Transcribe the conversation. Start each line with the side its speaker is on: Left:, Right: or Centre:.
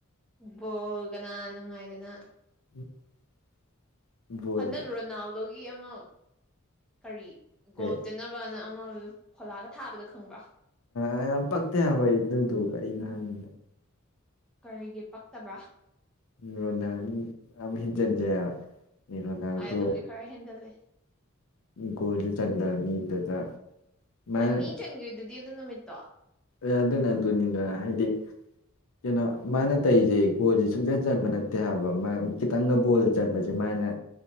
Centre: ꯕꯣꯜ ꯀꯅꯥ ꯅꯨꯡꯉꯥꯏꯗꯅ
Left: <inaudible> ꯕꯣꯜ
Centre: ꯍꯟꯗꯛ ꯔꯣꯅꯥꯜꯗꯣꯒꯤ ꯑꯃ ꯀꯔꯤ
Left: ꯀꯩ
Centre: ꯒꯣꯜꯇꯦꯅꯝ ꯕꯅ ꯑꯃ ꯐꯣꯂꯥꯒ ꯊꯥꯕꯗꯣ ꯈꯪꯕ꯭ꯔꯥ
Left: ꯑ ꯌꯥꯝ ꯄꯛꯇꯦ ꯍꯥꯏꯕ ꯑꯩ ꯑꯗꯨꯗꯣ ꯀꯔꯤꯅꯣ ꯍꯥꯏꯝꯅꯤꯗ
Centre: ꯀꯔꯤꯒꯤ ꯄꯛꯇꯕꯥ
Left: ꯎꯝ ꯔꯣꯅꯥꯟ ꯌꯥꯝ ꯍꯦꯟꯖꯟꯖꯩ ꯍꯥꯏꯕ ꯃꯤ ꯔꯣꯅꯥꯜꯗꯣ
Centre: ꯍꯣꯏ ꯑꯗꯨꯕꯨꯗꯤ ꯈꯔ ꯍꯦꯟꯖꯜꯂꯦ
Left: ꯒꯣꯜꯁꯨ ꯆꯟꯗꯕ ꯃꯤꯗꯨꯗ ꯃꯥꯅ
Centre: ꯑꯅꯤ ꯆꯟꯒ꯭ꯔꯤꯗꯨꯗꯤ ꯑꯗꯨ ꯅꯨꯃꯤꯠꯇꯣ
Left: ꯑꯦ ꯑꯗꯨꯅ ꯑꯗꯨꯅꯤꯗꯅ ꯍꯥꯏꯗꯤ ꯀꯩꯅꯣ ꯃꯥꯅ ꯇꯩꯖꯦ ꯒꯣꯜꯁꯦ ꯁꯨꯡꯆꯟ ꯆꯟꯕ ꯅꯠꯇꯦ ꯍꯥꯏꯕ ꯃꯔ ꯈꯤꯇꯪꯒ ꯕꯣꯜ ꯆꯟꯕꯁꯦ ꯃꯥꯅ